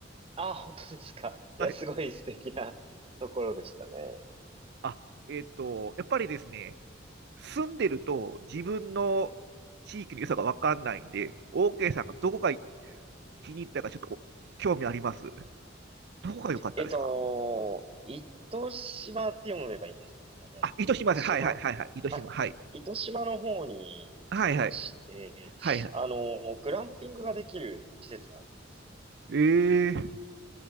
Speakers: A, on the right; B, on the right.
A: あー、本当ですか。
B: はい。
A: いや、すごい素敵なところでしたね。
B: あ、えっと、やっぱりですね、住んでると自分の地域の良さがわかんないんで、オーケーさんがどこが気に入ったかちょっと興味あります。どこが良かったですか
A: えっと、糸島って読めばいいんですかね。
B: あ、糸島です。
A: 糸島あ、
B: はいはいはいはい。糸島。はい。
A: 糸島の方に行きまして、
B: はいはい。はいはい。
A: あの、グランピングができる施設があるんですけど、
B: ええ